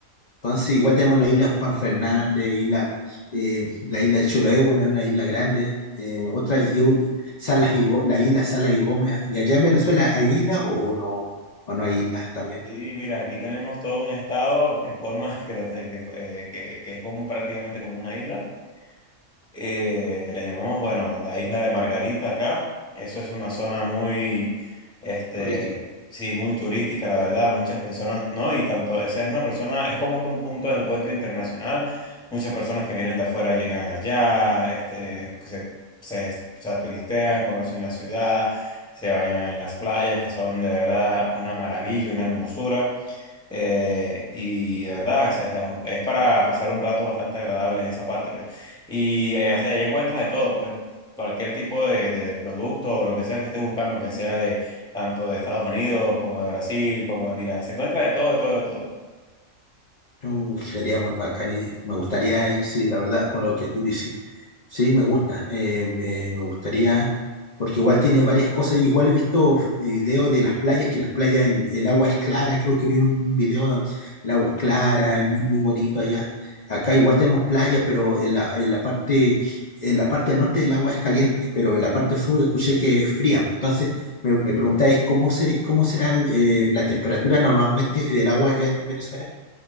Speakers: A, on the left (about 50°); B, in the centre.
A: Entonces igual tenemos la isla Juan Fernández, isla, eh, la isla de Chiloé, bueno, es una isla grande, eh, otra, y un- Salas y Gó- la isla Salas y Gómez. ¿Y allá en Venezuela hay isla o no, o no hay islas también?
B: Sí, mira, aquí tenemos todo un estado que forma, <laughs> que, lo te- que, eh, que- que es como prácticamente como una isla eh, que le llamamos, bueno, la isla de Margarita acá. Eso es una zona muy, este,
A: turística.
B: sí, muy turística, la verdad. Muchas personas, ¿no? Y tanto, esa es una persona, es como que un punto de encuentro internacional. Muchas personas que vienen de afuera llegan allá, este, se, se, o sea, turistean, conocen la ciudad, se bañan en las playas, que son de verdad una maravilla, una hermosura. Eh, y de verdad, es, es es para pasar un rato bastante agradable en esa parte. Y allá, se- allá encuentras de todo, pues. Cualquier tipo de, de, de producto o lo que sea que estés buscando, que sea de tanto de Estados Unidos como de Brasil, como de, mira, se encuentra de todo, de todo, de todo.
A: Uh, sería muy bacán y me gustaría ir, sí, la verdad, con lo que tú dices. Sí, me gusta, eh, me, me gustaría, porque igual tiene varias cosas. Igual he visto videos de las playas, que las playas, el, el agua es clara. Creo que vi un video, donde el agua es clara, es muy, muy bonito allá. Acá igual tenemos playas, pero en la, en la parte, en la parte norte el agua es caliente, pero en la parte sur escuché que es fría. Entonces, me, me preguntáis cómo ser, cómo será eh, la temperatura normalmente del agua allá en Venezuela.